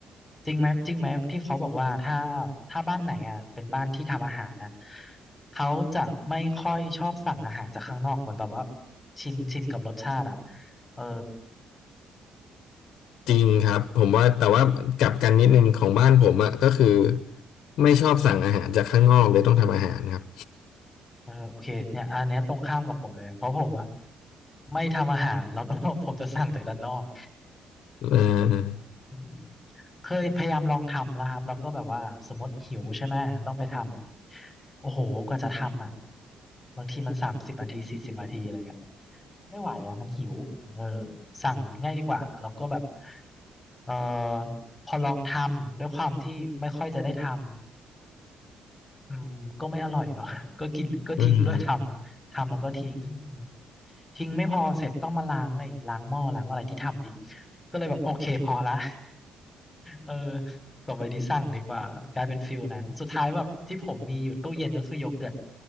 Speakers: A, on the left (about 15°); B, on the left (about 75°).
A: จริงไหมจริงไหมที่เขาบอกว่าถ้าถ้าบ้านไหนอ่ะเป็นบ้านที่ทำอาหารนะเขาจะไม่ค่อยชอบสั่งอาหารจากข้างนอกเหมือนแบบว่าชินชินกับรสชาติอ่ะเออ
B: จริงครับผมว่าแต่ว่ากลับกันนิดนึงของบ้านผมอะก็คือไม่ชอบสั่งอาหารจากข้างนอกเลยต้องทำอาหารครับ
A: เออโอเคเนี่ยอันเนี้ยตรงข้ามกับผมเลยเพราะผมอ่ะไม่ทำอาหารแล้วก็ <laughs> ผมจะสั่งจากด้านนอก
B: เออ
A: อืมเคยพยายามลองทำแล้วครับแล้วก็แบบว่าสมมติหิวใช่ไหมต้องไปทำโอ้โหกว่าจะทำอ่ะบางทีมันสามสิบนาทีสี่สิบนาทีอะไรเงี้ยไม่ไหวอ่ะมันหิวเออสั่งง่ายดีกว่าแล้วก็แบบเออพอลองทำด้วยความที่ไม่ค่อยจะได้ทำอืมก็ไม่อร่อยเนาะ <laughs> ก็กินก็ทิ้งด้วยทำทำแล้วก็ทิ้งอืม
B: อืม
A: ทิ้งไม่พอเสร็จต้องมาล้างไอ้ล้างหม้อล้างอะไรที่ทำอีกก็เลยแบบโอเคพอละ เออต่อไปนี้สั่งดีกว่ากลายเป็นฟิลนั้นสุดท้ายแบบที่ผมมีอยู่ตู้เย็นก็คือโยเกิร์ต